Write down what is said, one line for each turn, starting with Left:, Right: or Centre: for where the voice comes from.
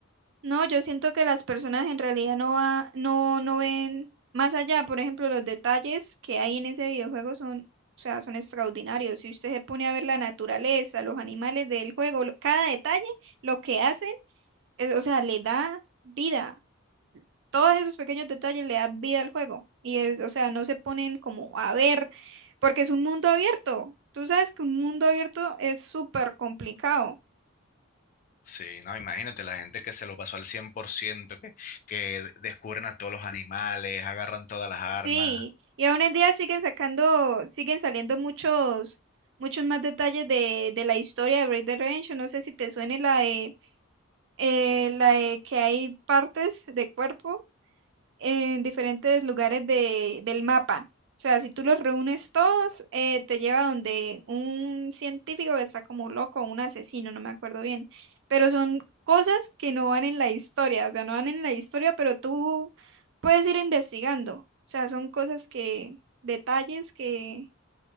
Right: No, yo siento que las personas en realidad no, va- no, no ven más allá. Por ejemplo, los detalles que hay en ese videojuego son, o sea, son extraordinarios. Si usted se pone a ver la naturaleza, los animales del juego, lo- cada detalle, lo que hacen, es- o sea, le da vida. Todos esos pequeños detalles le dan vida al juego. Y es, o sea, no se ponen como a ver, porque es un mundo abierto. Tú sabes que un mundo abierto es súper complicado.
Left: Sí, no, imagínate la gente que se lo pasó al 100%, que, que descubren a todos los animales, agarran todas las armas.
Right: Sí, y aún en día siguen sacando, siguen saliendo muchos, muchos más detalles de, de la historia de Red Dead Redemption. No sé si te suene la de, eh, la de que hay partes de cuerpo en diferentes lugares de, del mapa. O sea, si tú los reúnes todos, eh, te lleva donde un científico que está como loco, un asesino, no me acuerdo bien. Pero son cosas que no van en la historia, o sea, no van en la historia, pero tú puedes ir investigando. O sea, son cosas que, detalles que,